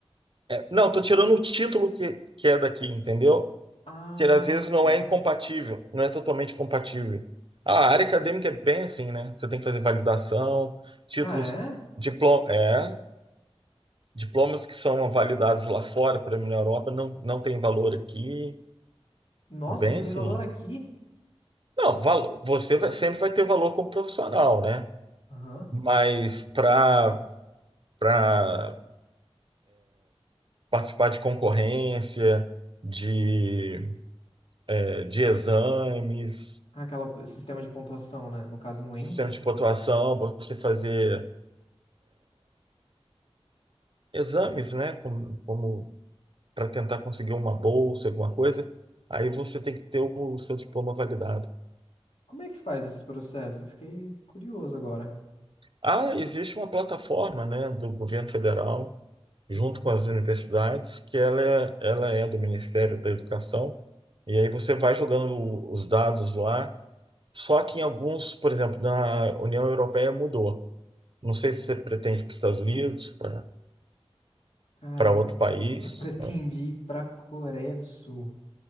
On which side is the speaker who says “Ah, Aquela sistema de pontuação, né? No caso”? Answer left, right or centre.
Left